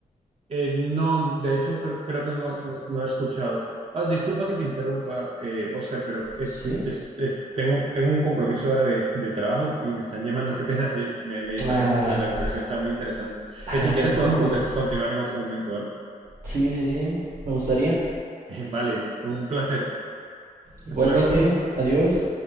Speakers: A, on the right; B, on the right.
A: Eh, no, de hecho cre- creo, que no, no, no he escuchado. Ah, disculpa que te interrumpa, eh, Oscar, pero eh,
B: Sí.
A: es- eh, tengo, tengo un compromiso ahora de, de trabajo y me están llamando. Qué pena, eh, me, me distraía
B: Ah,
A: mucho, la conversación está muy interesante.
B: <laughs> ah,
A: Eh, si quieres
B: no te
A: podemos
B: preocupes.
A: con- continuar en otro momento, ¿vale?
B: Sí, sí, sí. Me gustaría.
A: <laughs> Vale, un placer.
B: Igualmente,
A: Hasta luego.
B: adiós.